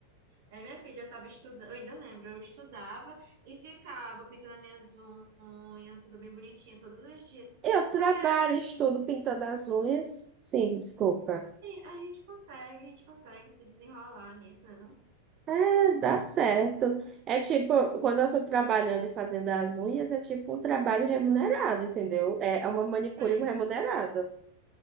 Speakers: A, on the right (about 55°); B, on the right (about 30°).
A: É, minha filha, eu tava estudando, eu ainda lembro, eu estudava e ficava pintando as minhas unhas, tudo bem bonitinha, todos os dias.
B: Eu trabalho,
A: Porque aí,
B: estudo pintando as unhas. Sim, desculpa.
A: a gente consegue, a gente consegue se desenrolar nisso, né? Não?
B: É, dá certo. É tipo, quando eu tô trabalhando e fazendo as unhas, é tipo um trabalho remunerado, entendeu? É uma manicure
A: Sei.
B: remunerada.